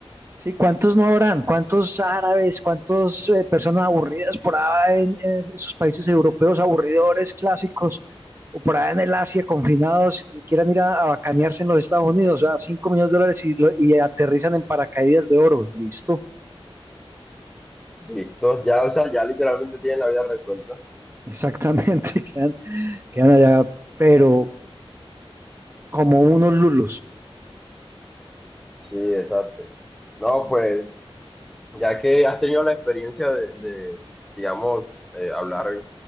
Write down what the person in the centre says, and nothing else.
Listo, ya, o sea, ya literalmente tienen la vida resuelta.
Sí, exacto. No, pues, ya que has tenido la experiencia de, de, digamos, eh, hablar